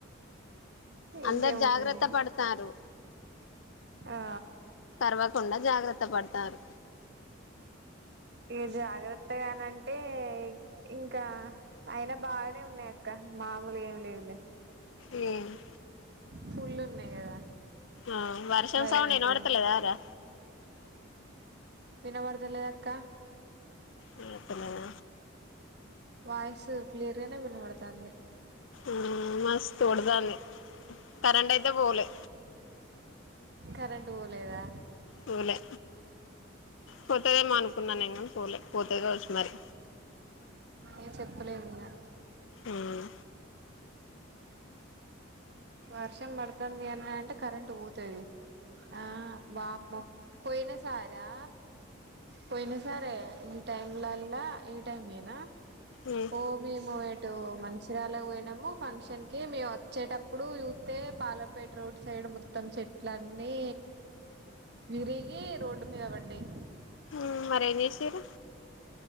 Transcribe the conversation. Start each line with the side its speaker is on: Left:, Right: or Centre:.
Right: ఇంకేమున్నది
Left: అందరు జాగ్రత్త పడతారు
Right: ఆ
Left: కరవకుండా జాగ్రత్త పడతారు
Right: ఇగ జాగ్రత్తగానంటే ఇంకా అయిన బాగానే ఉన్నాయ్ అక్క మామూలుగా ఏమి లేవులే
Left: ఏ
Right: ఫుల్ల్ ఉన్నాయ్ కదా
Left: ఆ వర్షం
Right: భయం
Left: సౌండ్
Right: అయితది
Left: వినపడతలేదా ఆరా
Right: వినపడుతలేదు అక్క
Left: ఇనిపిస్తా లేదా
Right: వాయిస్ క్లియర్గానే వినబడతాంది
Left: ఉమ్మ్ మస్తు కొడతాంది కరెంట్ అయితే పోలే
Right: కరెంట్ పోలేదా
Left: పొలే పోతాదేమో అనుకున్నా నేను గాని పొలే పోతది కావచ్చు మరి
Right: ఏం చెప్తాలేము ఇంగా
Left: ఉమ్
Right: వర్షం పడుతంది అని అంటే కరెంట్ పొతు తాది ఆ వామ్మో పొయినా సారా పోయినా సరే ఈ టైంలోల్లా ఈ టైమేనా
Left: ఉమ్
Right: ఓ మేము ఎటు మంచిర్యాలకి పోయినాము ఫంక్షన్‌కి మేము వచ్చేటప్పుడు చుత్తే పాలంపేట రోడ్స్ సైడ్ మొత్తం చెట్లన్నీ విరిగి రోడ్డు మీద పడ్డాయి
Left: ఉమ్మ్ మరి ఏం చేసిర్రు